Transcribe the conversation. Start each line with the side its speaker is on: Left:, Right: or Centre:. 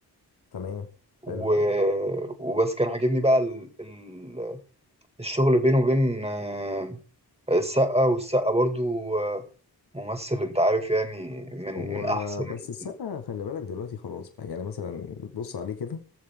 Left: تمام
Right: و...
Left: حلو
Right: وبس كان عاجبني بقى ال... ال... الشغل بينه وبين آه، السقا والسقا برضو آه، ممثل انت عارف يعني من
Left: هو
Right: من احسن
Left: بس
Right: ال-
Left: السقا خلي بالك دلوقتي خلاص بقى يعني مثلا بتبص عليه كده